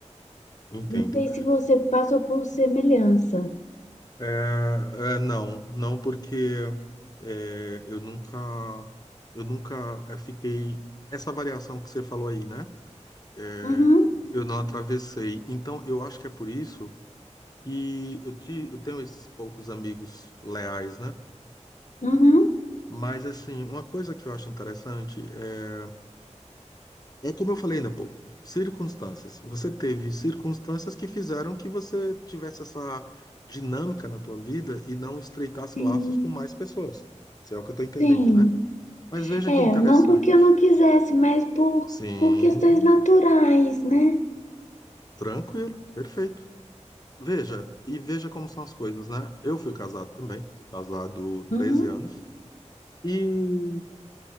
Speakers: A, on the left; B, on the left.
A: entendo.
B: Não sei se você passou por semelhança.
A: É, é, não, não porque é, eu nunca, eu nunca é, fiquei. Essa variação que você falou aí, né? É,
B: Uhum,
A: eu não atravessei. Então, eu acho que é por isso que eu, te, eu tenho esses poucos amigos leais, né?
B: uhum,
A: Mas, assim, uma coisa que eu acho interessante é É como eu falei ainda há pouco, circunstâncias. Você teve circunstâncias que fizeram que você tivesse essa dinâmica na tua vida e não estreitasse
B: sim,
A: laços com mais pessoas. Isso é o que eu estou entendendo,
B: sim.
A: né? Mas veja
B: É,
A: que interessante.
B: não porque eu não quisesse, mas por,
A: Sim,
B: por questões naturais, né?
A: tranquilo, perfeito. Veja, e veja como são as coisas, né? Eu fui casado também, fui casado 13
B: Uhum,
A: anos. E,